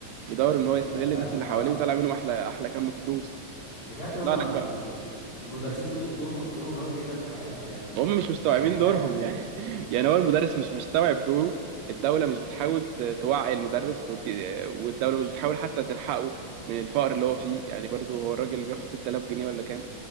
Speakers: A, on the right; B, on the left.
A: بيدور ان
B: دي
A: هو
B: حقيقه
A: يستغل
B: فعلا
A: الناس اللي
B: اه
A: حواليه ويطلع
B: اه
A: منهم احلى احلى كم فلوس
B: بجد
A: فيطلع
B: هم
A: لك
B: ال
A: بقى
B: ال المدرسين دول دول دورهم دورهم مهم جدا في حياتنا بجد
A: هم مش مستوعبين
B: يعني
A: دورهم
B: بجد
A: يعني <laughs> يعني هو المدرس مش مستوعب دوره الدولة مش بتحاول ت- توعي المدرس وت- والدولة مش بتحاول حتى تلحقه من الفقر اللي هو فيه يعني برضه هو الراجل اللي بياخد 6000 جنيه ولا كام